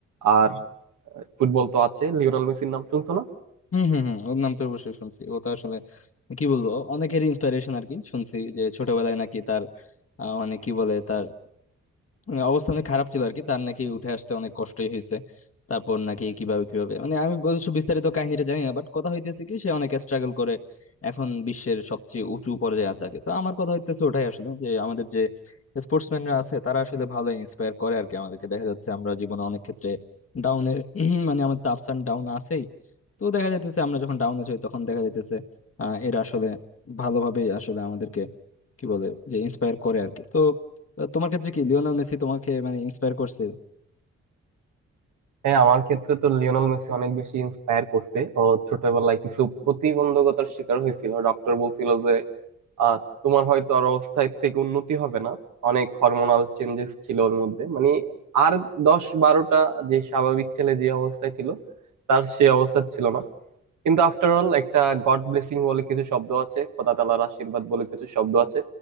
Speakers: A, on the right; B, on the left.
A: আর আহ, ফুটবল তো আছে লিওনেল মেসির নাম শুনছো না
B: হম হম হম ওর নাম তো অবশ্যই শুনছি ও তো আসলে কি বলবো অনেকেরই ইন্সপিরেশন আর কি শুনছি যে ছোটবেলায় নাকি তার আহ, মানে কি বলে তার মানে অবস্থা অনেক খারাপ ছিল আর কি তার নাকি উঠে আসতে অনেক কষ্টই হয়েছে তারপর নাকি কিভাবে কিভাবে মানে আমি অবশ্য বিস্তারিত কাহিনীটা জানি না বাট কথা হইতেছে কি সে অনেক স্ট্রাগল করে এখন বিশ্বের সবচেয়ে উঁচু পর্যায়ে আছে আর কি। তো আমার কথা হইতেছে ওটাই আসলে যে আমাদের যে স্পোর্টসম্যানরা আছে তারা আসলে ভালো ইন্সপায়ার করে আর কি আমাদেরকে দেখা যাচ্ছে আমরা জীবনে অনেক ক্ষেত্রে ডাউনের <clears throat> মানে আমাদের আপস অ্যান্ড ডাউন আছেই তো দেখা যাইতেছে আমরা যখন ডাউনে যাই তখন দেখা যাইতেছে আহ এরা আসলে ভালোভাবেই আসলে আমাদেরকে কি বলে যে ইন্সপায়ার করে আর কি তো তো তোমার ক্ষেত্রে কি লিওনেল মেসি তোমাকে মানে ইন্সপায়ার করছে
A: হ্যাঁ আমার ক্ষেত্রে তো লিওনেল মেসি অনেক বেশি ইন্সপায়ার করছে ও ছোটবেলায় কিছু প্রতিবন্ধকতার শিকার হয়েছিল ডক্টর বলছিল যে আহ তোমার হয়তো আর অবস্থায় থেকে উন্নতি হবে না অনেক হরমোনাল চেঞ্জেস ছিল ওর মধ্যে মানে আর দশ বারোটা যে স্বাভাবিক ছেলে যে অবস্থায় ছিল তার সে অবস্থা ছিল না কিন্তু আফটার অল একটা গড ব্লেসিং বলে কিছু শব্দ আছে খোদা তাআলার আশীর্বাদ বলে কিছু শব্দ আছে